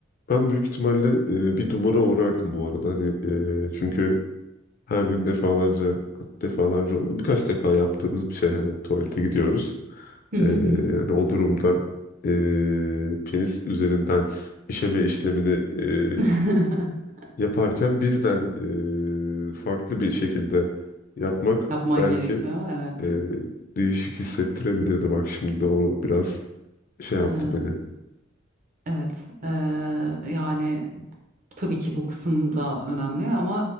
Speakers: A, on the left; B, on the right.
A: Ben büyük ihtimalle e, bir dumura uğrardım bu arada. Hani e, çünkü Her gün defalarca, defalarca olmadı. Birkaç defa yaptığımız bir şey hani tuvalete gidiyoruz.
B: Hı hı
A: Ee,
B: hı.
A: hani o durumda ee, penis üzerinden işeme işlemini ee,
B: <laughs>
A: yaparken bizden ee, farklı bir şekilde yapmak
B: Yapman
A: belki
B: gerekiyor. Evet.
A: ee, değişik hissettirebilirdi. Bak şimdi de o biraz şey yaptı
B: Ee,
A: beni.
B: evet. Ee, yani tabii ki bu kısım da önemli ama